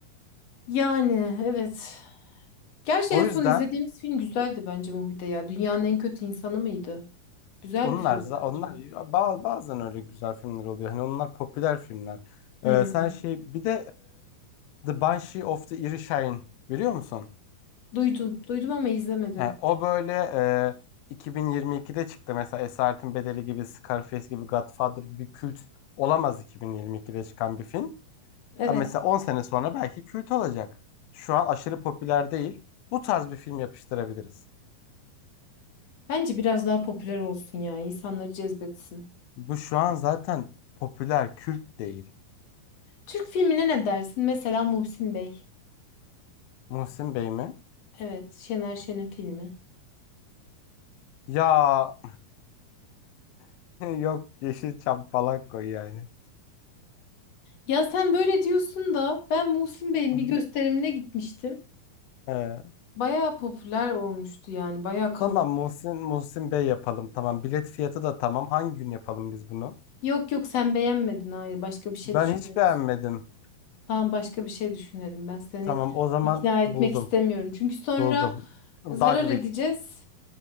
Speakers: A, on the left; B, on the left.
A: Yani evet. Gerçi
B: O
A: en son
B: yüzden
A: izlediğimiz film güzeldi bence Mubi'de ya. Dünyanın en kötü insanı mıydı? Güzel
B: onlar
A: bir filmdi
B: za-
A: bence.
B: onlar ba- bazen öyle güzel filmler oluyor. Hani onlar popüler filmler.
A: Hmm.
B: Ee, sen şey bir de e, The Banshee of the Inisherin biliyor musun?
A: Duydum. Duydum ama izlemedim.
B: He, o böyle e, 2022'de çıktı mesela Esaretin Bedeli gibi, Scarface gibi, Godfather gibi kült olamaz 2022'de çıkan bir film.
A: Evet.
B: Abi mesela 10 sene sonra belki kült olacak. Şu an aşırı popüler değil. Bu tarz bir film yapıştırabiliriz.
A: Bence biraz daha popüler olsun ya. insanları cezbetsin.
B: Bu şu an zaten popüler kült değil.
A: Türk filmine ne dersin? Mesela Muhsin Bey.
B: Muhsin Bey mi?
A: Evet. Şener Şen'in filmi.
B: Ya <laughs> yok Yeşilçam falan koy yani.
A: Ya sen böyle diyorsun da ben Muhsin Bey'in
B: Hı hı.
A: bir gösterimine gitmiştim.
B: Ee,
A: Bayağı popüler olmuştu yani. Bayağı kalabalık.
B: tamam Muhsin Muhsin Bey yapalım. Tamam bilet fiyatı da tamam. Hangi gün yapalım biz bunu?
A: Yok yok sen beğenmedin. Hayır başka bir şey
B: Ben
A: düşünürüz.
B: hiç beğenmedim.
A: Tamam başka bir şey düşünelim. Ben seni
B: Tamam o zaman
A: ikna etmek
B: buldum.
A: istemiyorum. Çünkü sonra
B: Buldum. Dogville.
A: zarar edeceğiz.